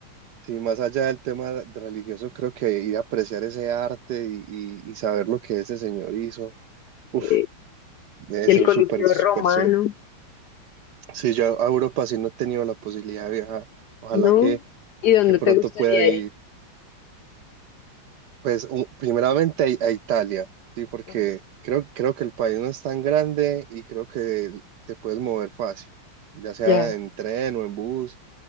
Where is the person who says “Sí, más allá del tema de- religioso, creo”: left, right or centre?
Right